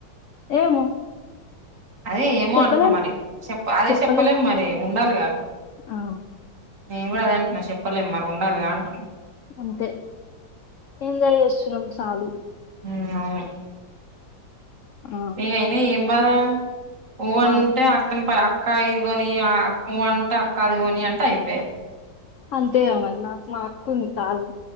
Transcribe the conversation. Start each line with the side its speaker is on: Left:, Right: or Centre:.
Left: ఏమో
Right: అదే ఏమో
Left: చెప్పలేం
Right: అంటున్నా మరి చెప్ప అదే
Left: చెప్పలేం
Right: చెప్పలేము మరి ఉండాలిగా
Left: ఆ
Right: ఉ కూడా అద అంటున్నా చెప్పలేం మరి ఉండాలి గా అంటున్
Left: అంతే ఎంజాయ్ చేస్తున్నాం చాలు
Right: ఉ అవును
Left: ఆ
Right: ఏ అయిన ఎం బాదా ఓ అంటే
Left: ఆ
Right: అక్కన్ పా అక్ క్కా ఇదిగోని అక్ ఉ అంటే అక్క అదిగని అంటే అయిపోయి.
Left: అం తె గా మరి నాకు మా అక్క ఉంది చాలు.